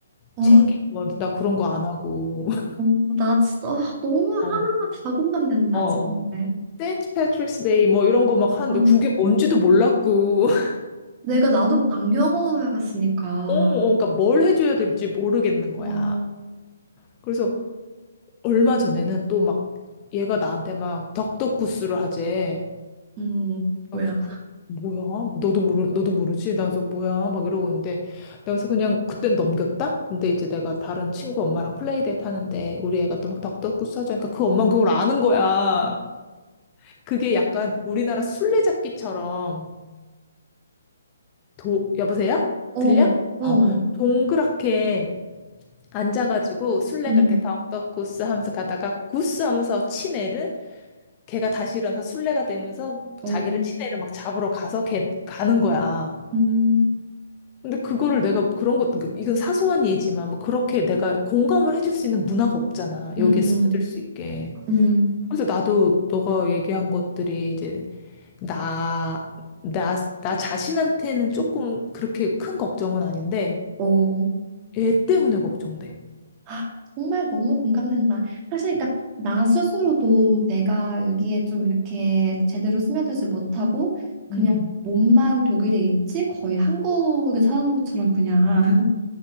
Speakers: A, on the right; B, on the left.
A: 어,
B: 챙기고 뭐나 그런 거 안 하고 <laughs>
A: 어, 나 진짜 아, 너무 하나하나
B: 어,
A: 다 공감된다,
B: 어, 어.
A: 정말.
B: 세인트 패트릭스 데이 뭐 이런 거 막 하는데
A: 아.
B: 그게 뭔지도 몰랐고 <laughs>
A: 내가 나도 안 경험해봤으니까.
B: 어, 어, 그러니까 뭘 해줘야 될지 모르겠는 거야.
A: 어,
B: 그래서 얼마 전에는 또 막 얘가 나한테 막 덕덕구스를 하재.
A: 음, 뭐야.
B: 그래서 그- 뭐야? 너도 모르 너도 모르지? 나 그래서 뭐야? 막 이러고 있는데 내가 그래서 그냥 그땐 넘겼다. 근데 이제 내가 다른 친구 엄마랑 플레이데이트 하는데 우리 애가 또 막 덕덕구스 하자니까 그 엄마는 그걸 아는 거야. 그게 약간 우리나라 술래잡기처럼 도 여보세요?
A: 어,
B: 들려?
A: 어,
B: 어 동그랗게 앉아가지고 술래가
A: 음,
B: 이렇게 덕덕구스 하면서 가다가 구스 하면서 친 애를 걔가 다시 일어나서 술래가 되면서
A: 어,
B: 자기를
A: 음,
B: 친 애를 막 잡으러 가서 걔 가는 거야.
A: 음,
B: 근데 그거를 내가 그런 것도 그러니까 이건 사소한 예지만 뭐 그렇게 내가 공감을 해줄 수 있는 문화가 없잖아. 여기에
A: 음,
B: 스며들 수 있게.
A: 음,
B: 그래서 나도 너가 얘기한 것들이 이제 나, 나, 나 자신한테는 조금 그렇게 큰 걱정은 아닌데
A: 어.
B: 얘 때문에 걱정돼.
A: 아, 정말 너무 공감된다. 사실, 그러니까 나 스스로도 내가 여기에 좀 이렇게 제대로 스며들지 못하고 그냥
B: 음.
A: 몸만 독일에 있지 거의 한국에 사는 것처럼 그냥 <laughs>